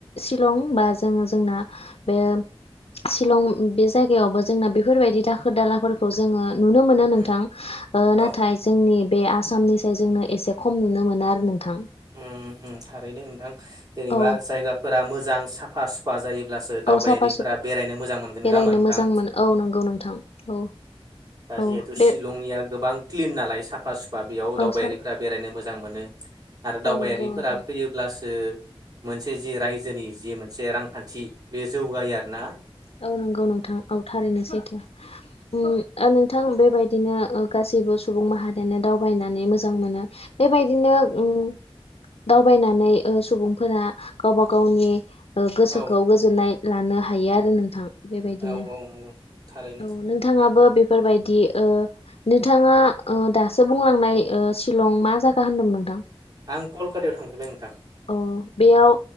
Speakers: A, on the left; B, on the right.
A: सिलं बा जों-जोंना बे शिलं बे जायगायावबो जोंना बेफोरबायदि दा खोदालाफोरखौ जोङो नुनो मोनो नोंथां
B: उम
A: ओ
B: औ
A: नाथाय जोंनि बे आसामनिसाय जोंनो एसे खम नुनो मोनो आरो नोंथां
B: उम उम थारैनो नोंथां जेनेबा
A: औ
B: जायगाफोरा मोजां साफा सुफा जायो ब्लासो
A: औ
B: दावबायारिफोरा
A: साफा सुफा
B: बेरायनो मोजां मोनगोन
A: बेरायनो
B: नोङा होमबा नोंथां
A: मोजां मोनो औ नंगौ नोंथां औ
B: दा
A: औ
B: जिहेथु
A: बे
B: शिलंनिया गोबां क्लिन नालाय साफा सुफा बेयाव दावबायारिफोरा
A: औ सा
B: बेरायनो मोजां मोनो आरो दावबायारिफोरा
A: औ नंगौ नोंथां
B: फैयोब्लासो मोनसे जि रायजोनि जि मोनसे रां खान्थि बे जौगायो आरो ना
A: औ नंगौ नोंथां औ थारैनो सैथो उम ओ नोंथां बेबायदिनो गासैबो सुबुं माहारियानो दावबायनानै मोजां मोनो बेबायदिनो उम दावबायनानै ओ सुबुंफोरा गावबा गावनि ओ गोसोखौ
B: औ
A: गोजोननाय लानो हायो आरो नोंथां बेबायदिनो
B: औ औ नंगौ थारैनो
A: औ नोंथाङाबो बेफोरबायदि ओ नोंथाङा ओ दासो बुंलांनाय ओ शिलं मा जागा होनदोंमोन नोंथां
B: आं कलकाटायाव थांफेरबाय ओं
A: अ बेयाव